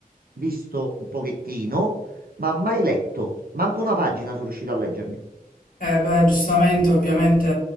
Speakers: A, on the right (about 80°); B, on the left (about 65°).
A: visto un pochettino, ma mai letto. Manco una pagina sono riuscito a leggermi.
B: Eh, beh, giustamente, ovviamente